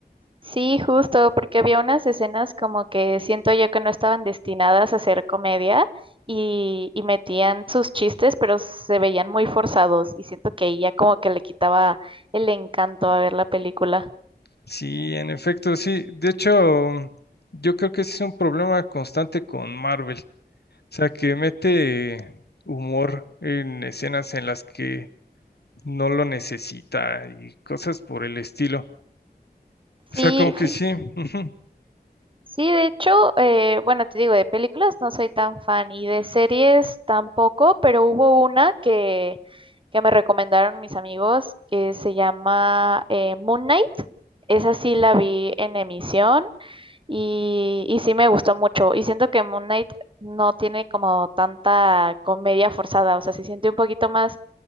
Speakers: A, on the right; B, on the left.
A: Sí, justo, porque había unas escenas como que siento yo que no estaban destinadas a ser comedia y, y metían sus chistes, pero se veían muy forzados y siento que ahí ya como que le quitaba el encanto a ver la película.
B: Sí, en efecto, sí. De hecho, yo creo que ese es un problema constante con Marvel. O sea, que mete humor en escenas en las que no lo necesita y cosas por el estilo. O
A: Sí,
B: sea, como que
A: fi-
B: sí. <laughs> ujú.
A: sí, de hecho, eh, bueno, te digo, de películas no soy tan fan y de series tampoco, pero hubo una que, que me recomendaron mis amigos que se llama eh, Moon Knight. Esa sí la vi en emisión. Y, y sí me gustó mucho. Y siento que Moon Knight no tiene como tanta comedia forzada. O sea, se siente un poquito más.